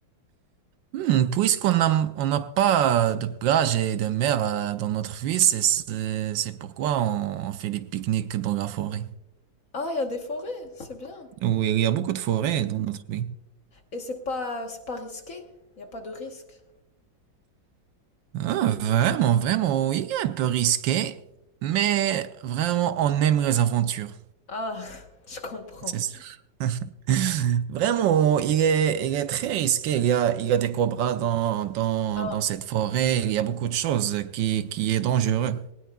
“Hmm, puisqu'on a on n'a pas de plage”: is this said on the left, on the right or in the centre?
Right